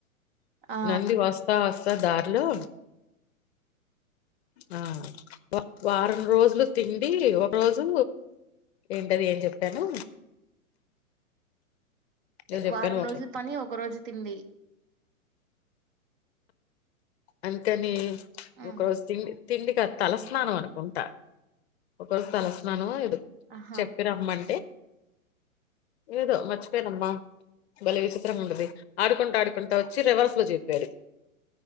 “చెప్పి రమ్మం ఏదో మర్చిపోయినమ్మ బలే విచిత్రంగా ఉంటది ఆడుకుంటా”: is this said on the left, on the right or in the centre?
Left